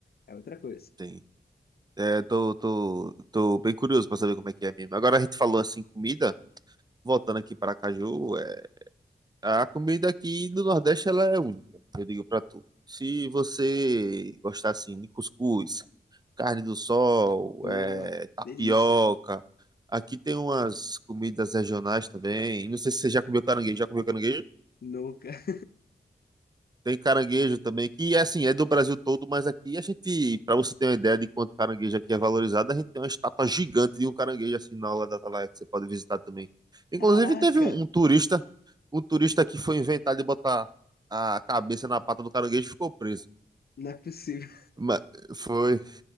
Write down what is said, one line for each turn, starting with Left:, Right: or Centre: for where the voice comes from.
Left: É outra coisa.
Right: tem. É, tô, tô, tô bem curioso pra saber como é que é mesmo. Agora a gente falou assim, comida. Voltando aqui para Caju, é, A comida aqui do Nordeste ela é única, eu digo pra tu. Se você gostar assim de cuscuz, carne do sol,
Left: Pô,
Right: eh, tapioca,
Left: delícia.
Right: aqui tem umas comidas regionais também. Não sei se você já comeu caranguejo. Já comeu caranguejo?
Left: Nunca. <laughs>
Right: Tem caranguejo também, que assim, é do Brasil todo, mas aqui a gente, para você ter uma ideia de quanto caranguejo aqui é valorizado, a gente tem uma estátua gigante de um caranguejo assim na aula da Atalaia que você pode visitar também. Inclusive
Left: Caraca,
Right: teve um, um turista, um turista que foi inventar de botar a cabeça na pata do caranguejo e ficou preso.
Left: não é possível.
Right: Mas foi